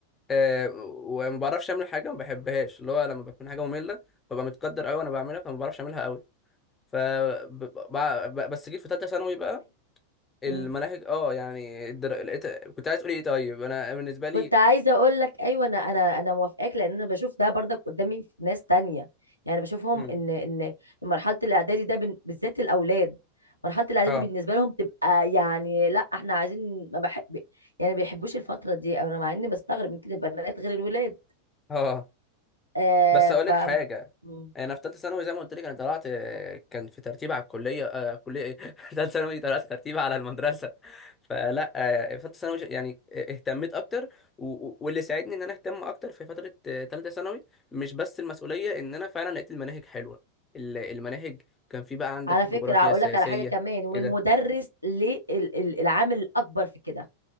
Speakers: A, on the left; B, on the left.
A: أه وما بعرفش اعمل حاجه ما بحبهاش اللي هو لما بكون حاجه ممله ببقى متقدر قوي وانا بعملها فما بعرفش اعملها قوي ف ب- ب- بس جيت في ثالثه ثانوي بقى المناهج
B: ايوه
A: اه يعني الدر... الإت- كنت عايز تقولي ايه طيب انا بالنسبه لي
B: كنت عايزه اقول لك ايوه انا انا انا موافقاك لان انا بشوف ده برضك قدامي في ناس تانية يعني بشوفهم
A: هم.
B: ان ان مرحله الاعدادي ده بن- بالذات الاولاد مرحله الاعدادي
A: اه
B: بالنسبه لهم تبقى يعني لا احنا عايزين ما بحب يعني ما بيحبوش الفتره دي انا مع اني بستغرب من كده البنات غير الولاد
A: اه آه،
B: آه
A: بس اقول
B: ف
A: لك حاجه
B: مم.
A: انا في ثالثه ثانوي زي ما قلت لك انا طلعت آه، كان في ترتيب على الكليه آه كليه ايه <laughs> ثالثه ثانوي طلعت ترتيب على المدرسه فلا آه، في ثالثه ثانوي يعني اهتميت اكتر و... و- واللي ساعدني ان انا اهتم اكتر في فتره ثالثه ثانوي مش بس المسؤوليه ان انا فعلا لقيت المناهج حلوه ال- المناهج كان في بقى عندك
B: على
A: الجغرافيا
B: فكره هقول
A: السياسيه
B: لك على حاجه كمان والمدرس
A: كده
B: ليه ال- ال- العامل الاكبر في كده